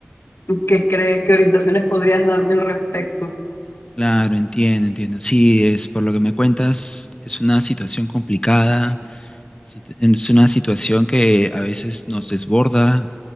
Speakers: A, on the left (about 80°); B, on the left (about 25°).
A: tú qué crees, qué orientaciones podrías darme al respecto?
B: Claro, entiendo, entiendo. Sí, es por lo que me cuentas, es una situación complicada, situ- es una situación que a veces nos desborda,